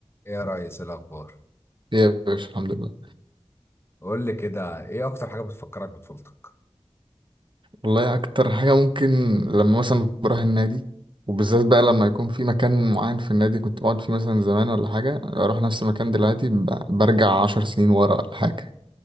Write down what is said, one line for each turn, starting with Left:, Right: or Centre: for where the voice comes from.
Left: ايه يا ريس إيه الاخبار
Right: ايه يا باشا الحمد لله
Left: قول لي كده ايه اكتر حاجه بتفكرك بطفولتك
Right: والله اكتر حاجه ممكن لما مثلا بروح النادي وبالذات بقى لما يكون في مكان معين في النادي كنت بقعد فيه مثلا زمان ولا حاجه اروح نفس المكان دلوقتي ب- برجع عشر سنين ورا ولا حاجه